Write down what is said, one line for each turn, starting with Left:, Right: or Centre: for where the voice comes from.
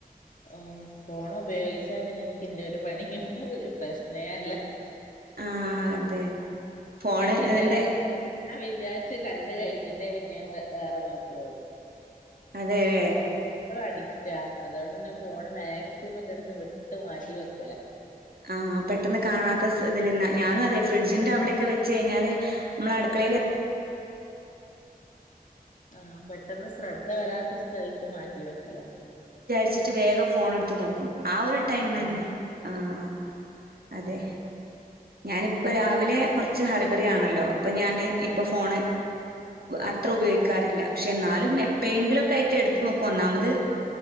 Left: ഓ ഫോൺ ഉപയോഗിച്ചാ പിന്നെ എനിക്ക്ന്റെ ഒരു പണിയും പ്രശ്നെ അല്ല.
Right: ആ അതെ ഫോണ്
Left: ഞാൻ വിചാരിച്ച്
Right: എന്റെ
Left: ഞാൻ വിചാരിച്ച് കണ്ട കഴിഞ്ഞിട്ടേ പിന്നെ ഞ വേറെ നോക്കുള്ളൂ
Right: അതെ <unintelligible>
Left: അഡിക്റ്റ അതുകൊണ്ട്ന്നെ ഫോണ് മാക്സിമം എന്റെ അടുതന്ന് വിട്ട് മാറ്റി വെക്കല
Right: ആഹ് പെട്ടെന്ന് കാണാത്ത ഇതിൽന്നാ ഞാനും അതെ ഫ്രിഡ്ജിൻന്റെ
Left: ഉം
Right: അവിടെയൊക്കെ വെച്ച് കഴിഞ്ഞാല് മ്മള അടുക്കളയില്
Left: ആഹ് പെട്ടെന്ന് ശ്രദ്ധ വരാത്ത സ്ഥല മാറ്റി വെക്കലാ
Right: ച്ചിട്ട് വേഗം ഫോൺ എടുത്ത് നോക്കും ആ ഒരു ടൈം തന്നെ
Left: ആഹ്
Right: ആഹ് അതെ ഞാനിപ്പ രാവിലെ കുറച്ച് ഹറിബറി ആണല്ലോ അപ്പോൾ ഞാൻ ഇപ്പോ
Left: ആഹ്
Right: ഫോണ് അത്ര ഉപയോഗിക്കാറില്ല പക്ഷെ ന്നാലും എപ്പോഴെങ്കിലും ഒക്കെ ആയിട്ട് എടുത്ത് നോക്കും ഒന്നാമത്